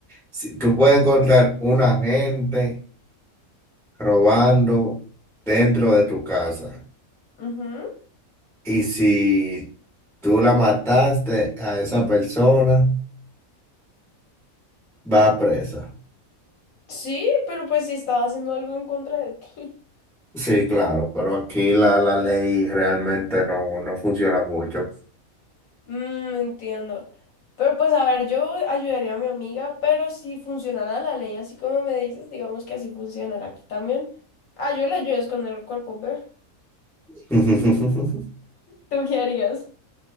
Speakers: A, in the centre; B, on the left.
A: Si, tú puedes encontrar una gente. robando dentro de tu casa.
B: Ujú.
A: Y si tú la mataste a esa persona, va presa.
B: Sí, pero pues si estaba haciendo algo en contra de ti. <laughs>
A: Sí, claro, pero aquí la, la ley realmente no, no funciona mucho.
B: Mm, entiendo. Pero pues a ver, yo ayudaría a mi amiga, pero si funcionara la ley así como me dices, digamos que así funcionará aquí también. Ah, yo le ayudo a esconder el cuerpo, ¿ve?
A: <laughs>
B: ¿Tú qué harías?